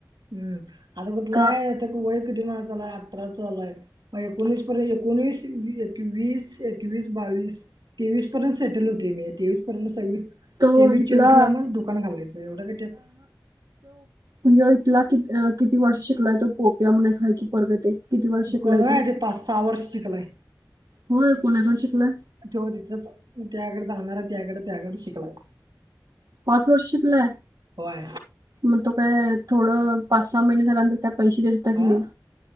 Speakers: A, on the right (about 80°); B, on the right (about 60°).
A: हम्म आता कुठलाय
B: का
A: आता वळिक दोन हजार अठरा चालू हाय मग एकोणीस तो एकोणीस- एकवीस, एकवीस, बावीस... तेवीस पर्यंत सेटल होतोय, मी तेवीस पर्यंत सव्वी
B: तो
A: तेवीस,
B: इथला
A: चोवीस ला मग दुकान घालायचं एवढं काय त्यात.
B: भैय्या इथला किती- किती वर्ष शिकलाय तो पोप्या म्हणेच आहे की पोरग ते. किती वर्ष शिकलाय
A: कोण होय,
B: तो
A: <inaudible> सहा वर्ष शिकलाय.
B: होय कोणाकडे शिकलाय
A: त्यो तिथच त्याकडे जाणार आहे, त्याकडे- त्याकडे शिकलाय.
B: पाच वर्ष शिकलाय,
A: होय.
B: मग तो काय थोडं पाच, सहा महिने झाल्यानंतर त्या पैसे देतात
A: हां?
B: की नाही